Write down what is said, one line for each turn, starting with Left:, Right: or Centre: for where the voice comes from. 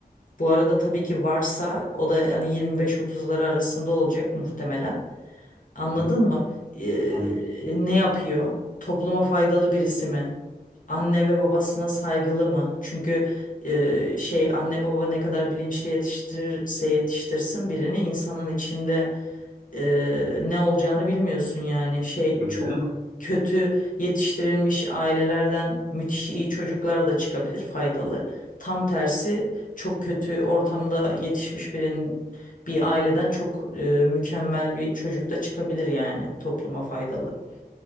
Left: Bu arada tabii ki varsa o da hani 25-30'ları arasında olacak muhtemelen. Anladın
Right: hı.
Left: mı? Ee,
Right: Anladım.
Left: ne yapıyor? Topluma faydalı birisi mi? Anne ve babasına saygılı mı? Çünkü e, şey anne baba ne kadar bilinçli yetiştirirse yetiştirsin birini insanın içinde e, ne olacağını bilmiyorsun yani. Şey
Right: Tabii
Left: çok
Right: de.
Left: kötü yetiştirilmiş ailelerden müthiş iyi çocuklar da çıkabilir faydalı. Tam tersi çok kötü ortamda yetişmiş birinin bir aileden çok e, mükemmel bir çocuk da çıkabilir yani topluma faydalı.